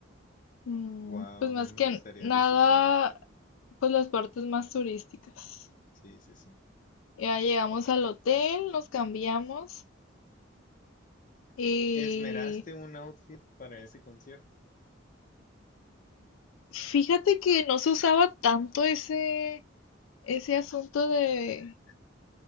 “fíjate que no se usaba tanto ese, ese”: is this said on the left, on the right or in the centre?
Left